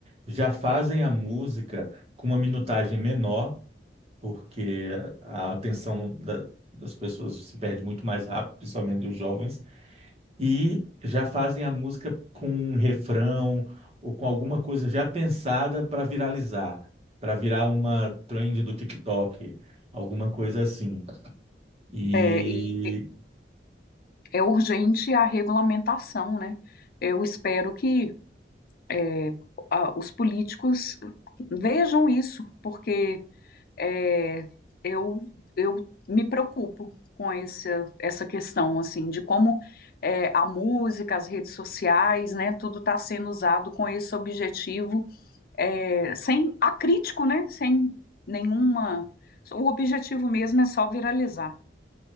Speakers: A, on the right; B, on the left.
A: já fazem a música com uma minutagem menor, porque a atenção da- das pessoas se perde muito mais rápido, principalmente dos jovens e já fazem a música com um refrão ou com alguma coisa já pensada para viralizar, para virar uma trend do TikTok, alguma coisa assim. E
B: É, e é urgente a regulamentação, né? Eu espero que é, a- os políticos vejam isso, porque é, eu, eu me preocupo com essa essa questão, assim, de como é, a música, as redes sociais, né, tudo está sendo usado com esse objetivo, é, sem acrítico, né, sem nenhuma... O objetivo mesmo é só viralizar.